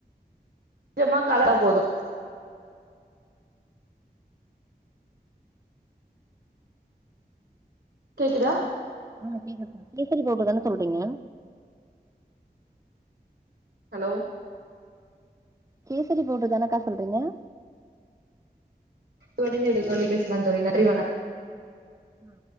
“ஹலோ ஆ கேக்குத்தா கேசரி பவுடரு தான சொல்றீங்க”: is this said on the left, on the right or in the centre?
Right